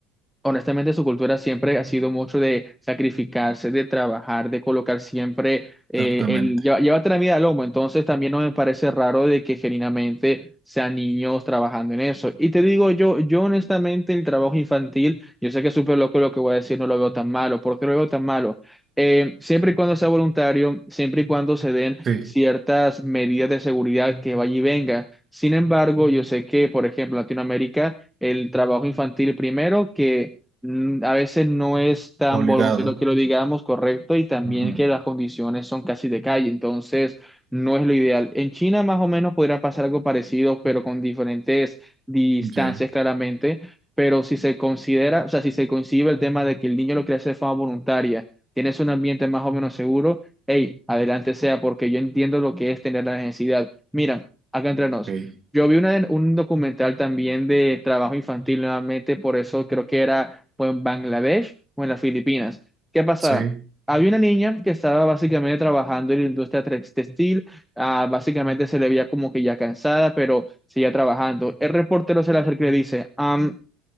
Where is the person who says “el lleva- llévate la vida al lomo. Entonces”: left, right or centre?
Centre